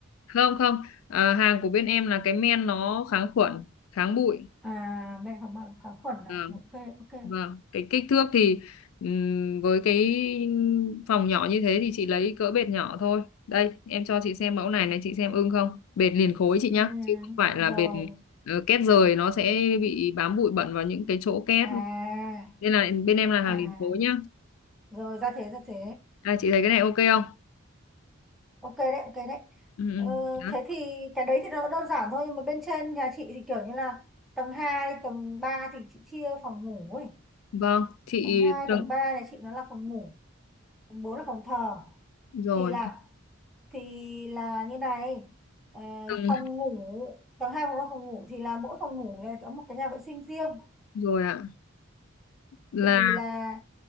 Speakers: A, on the left; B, in the centre.
A: Không không, à, hàng của bên em là cái men nó kháng khuẩn, kháng bụi.
B: à men kháng bẩn kháng khuẩn
A: Vâng,
B: à ok ok
A: vâng. Cái kích thước thì ừm, với cái phòng nhỏ như thế thì chị lấy cỡ bệt nhỏ thôi. Đây, em cho chị xem mẫu này này, chị xem ưng không? Bệt liền khối chị nhá,
B: ừ,
A: chứ không phải
B: rồi
A: là bệt ờ, két rời nó sẽ bị bám bụi bẩn vào những cái chỗ két.
B: à
A: Nên là bên em là hàng
B: à
A: liền khối nhá.
B: rồi ra thế ra thế
A: Đây, chị thấy cái này ok không?
B: ok đấy ok đấy
A: Ừ, ừ,
B: ừ,
A: đó.
B: thế thì cái đấy thì nó đơn giản thôi nhưng mà bên trên nhà chị thì kiểu như là tầng 2 tầng 3 thì chị chia phòng ngủ ấy
A: Vâng, chị
B: tầng 2
A: từng
B: tầng 3 nhà chị nó là phòng ngủ tầng 4 là phòng thờ
A: rồi,
B: thì là thì là như này ờ,
A: từng
B: phòng ngủ tầng hai có phòng ngủ thì là mỗi phòng ngủ này có một cái nhà vệ sinh riêng
A: rồi ạ. Là
B: thì là